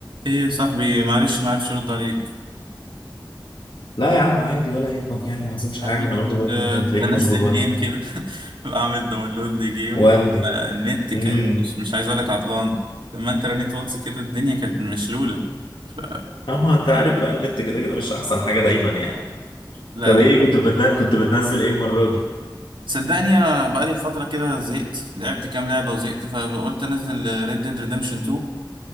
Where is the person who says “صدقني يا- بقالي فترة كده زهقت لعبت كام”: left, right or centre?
Right